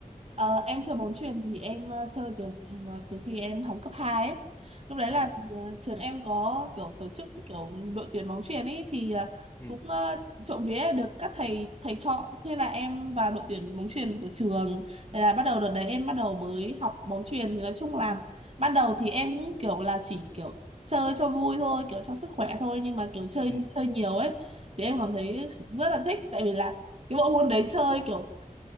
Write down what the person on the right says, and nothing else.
Ờ, em chơi bóng chuyền thì em ờ, chơi từ ờ, từ khi em học cấp 2 ấy. Lúc đấy
là ờ, trường em có kiểu tổ chức kiểu đội tuyển bóng chuyền ấy thì ờ,
cũng ờ, trộm vía là được các thầy thầy chọn thế là em vào đội tuyển bóng chuyền của trường. Thế là bắt đầu đợt đấy em bắt đầu mới học bóng chuyền thì nói chung là ban đầu thì em cũng kiểu là chỉ kiểu chơi cho vui thôi, kiểu cho sức khỏe thôi nhưng mà kiểu chơi
chơi nhiều ấy thì em cảm thấy rất là thích tại vì là cái bộ môn đấy chơi kiểu